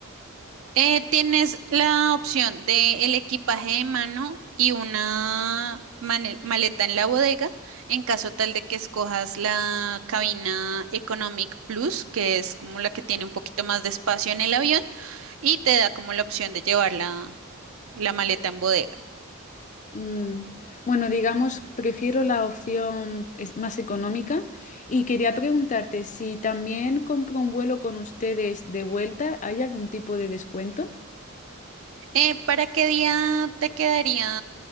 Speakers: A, on the right (about 70°); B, on the left (about 35°).
A: Eh, tienes la opción de el equipaje de mano y una mane- maleta en la bodega, en caso tal de que escojas la cabina Economic Plus, que es como la que tiene un poquito más de espacio en el avión y te da como la opción de llevar la, la maleta en bodega.
B: Mm, Bueno, digamos, prefiero la opción es- más económica y quería preguntarte si también compro un vuelo con ustedes de vuelta, ¿hay algún tipo de descuento?
A: Eh, ¿para qué día te quedaría